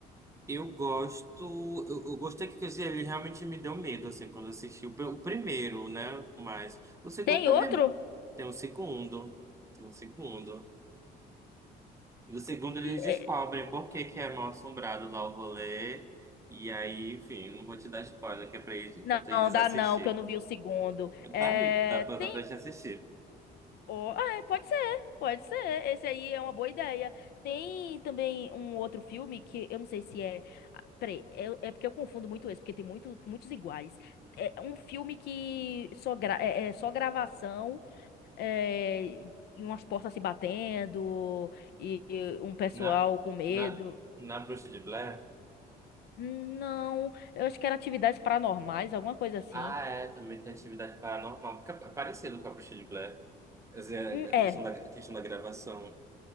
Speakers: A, on the right; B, on the left.
A: Eu gosto, eu, eu gostei que quer dizer, ele realmente me deu medo, assim, quando eu assisti o, pr- o primeiro, né? Mas o segundo
B: Tem
A: também
B: outro?
A: tem o segundo, tem o segundo. No segundo eles
B: E-
A: descobrem por que que é mal-assombrado lá o rolê. E aí, enfim, não vou te dar spoiler, que é pra, eles-
B: Não,
A: pra tu ir
B: dá
A: assistir.
B: não, que eu não vi o segundo. É,
A: Tá aí, dá pra, dá
B: tem
A: pra gente assistir.
B: Oh, ah, é, pode ser, pode ser. Esse aí é uma boa ideia. Tem também um outro filme que eu não sei se é. ah, Peraí, é, é porque eu confundo muito esse, porque tem muito, muitos iguais. É um filme que só, gra... é, é só gravação, é, e umas portas se batendo, e e um pessoal
A: Na,
B: com medo.
A: na, na Bruxa de Blair?
B: Não, eu acho que era atividades paranormais, alguma coisa assim.
A: Ah, é, também tem atividade paranormal. porque É parecido com a Bruxa de Blair. Quer dizer,
B: Hum,
A: a
B: É,
A: questão da, a questão da gravação.